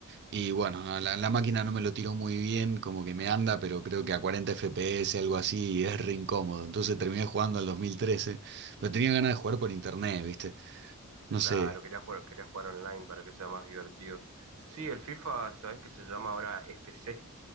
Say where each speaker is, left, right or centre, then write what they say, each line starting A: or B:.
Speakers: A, on the right (about 50°); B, on the right (about 75°).
A: y bueno, a la, la máquina no me lo tiró muy bien, como que me anda, pero creo que a 40 FPS, algo así, y es re incómodo, entonces terminé jugando al 2013, pero tenía ganas de jugar
B: Oh,
A: por internet, ¿viste? No
B: claro,
A: sé,
B: quería jugar, quería jugar online para que sea más divertido. Sí, el FIFA, ¿sabés que se llama ahora FC?